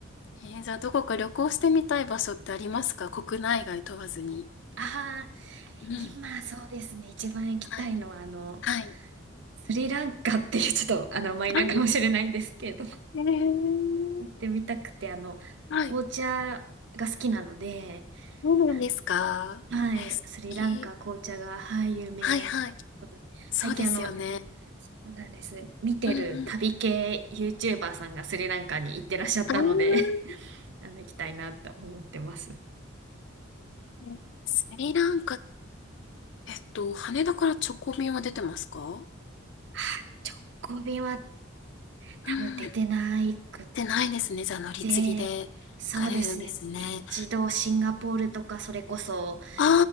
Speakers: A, on the left; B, on the right.
A: えーじゃあ、どこか旅行してみたい場所ってありますか国内外問わずに。
B: <laughs> ああ、
A: うん。
B: 今そうですね。一番行きたいのは、
A: はい。
B: あの、
A: はい。
B: スリランカっていうちょっとあのマイナーかもしれないんですけれども
A: あえー、
B: 行ってみたくて、あの、
A: はい。
B: 紅茶が好きなので、
A: そうなんですかえ素敵。
B: あの、はい、スリランカ紅茶が、はい、有名。
A: はいはい。そうですよね。
B: 最近あの、そうなんです。見てる旅系
A: うんうん
B: YouTuber さんがスリランカに行ってらっしゃったので
A: あー
B: <laughs> あの、行きたいなと思ってます。
A: ねスリランカ、えっと、羽田から直行便は出てますか
B: はい直行便は多分出てないくっ
A: うん。でないですね。じゃあ乗り継ぎで行かれるんですね。
B: て、そうですね。一度シンガポールとかそれこそ
A: あ